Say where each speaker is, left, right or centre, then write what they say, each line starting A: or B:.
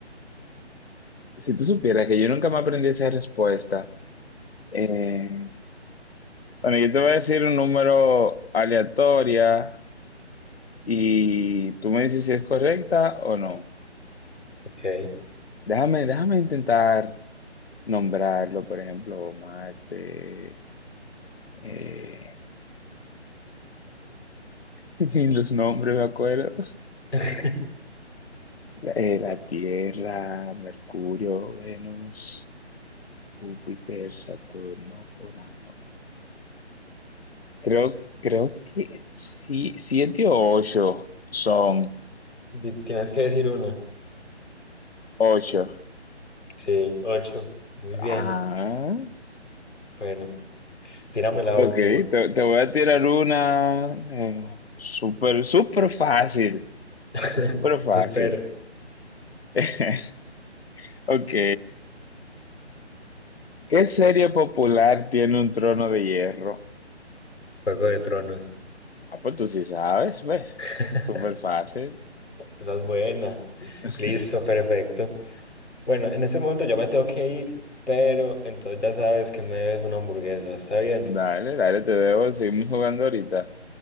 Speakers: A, on the left; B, on the left.
A: si tú supieras que yo nunca me aprendí esa respuesta. eh, bueno, yo te voy a decir un número aleatoria y tú me dices si es correcta o no.
B: Ok.
A: Déjame, déjame intentar nombrarlo, por ejemplo, Marte. eh, <laughs> ni los nombres me acuerdo.
B: <laughs>
A: Eh, la
B: La-
A: Tierra, Mercurio, Venus, Júpiter, Saturno, Urano. Creo, creo que sí, siete o ocho son
B: di- Tienes que decir una.
A: ocho.
B: Sí, ocho. Muy bien.
A: Ah,
B: Bueno, tírame la
A: ok,
B: última.
A: te, te voy a tirar una eh, súper, súper fácil,
B: <laughs>
A: súper fácil.
B: Eso espero.
A: <laughs> Ok, ¿qué serie popular tiene un trono de hierro?
B: Juego de Tronos.
A: Ah, pues tú sí sabes, ¿ves?
B: <laughs>
A: Súper fácil.
B: Esa es buena.
A: <laughs>
B: Listo, perfecto. Bueno, en este momento yo me tengo que ir, pero entonces ya sabes que me debes una hamburguesa. Está bien.
A: Dale, dale, te veo. Seguimos jugando ahorita.